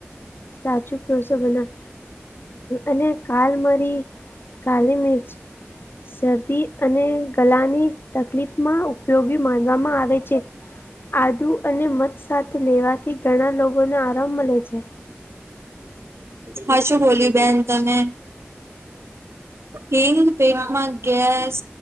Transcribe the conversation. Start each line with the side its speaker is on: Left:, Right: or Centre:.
Left: સાચું ક્યોશો બેના. અને કાલ મરી કાલી મિર્ચ, શરદી અને ગલાની તકલીફમાં ઉ પયોગી માનવામાં આવે છે. આદુ અને મધ સાથે લેવા થી ઘણા લોગોને આરામ મલે છે.
Right: હાસું બોલ્યું બેન તમે. હિંગ <unintelligible> માં ગેસ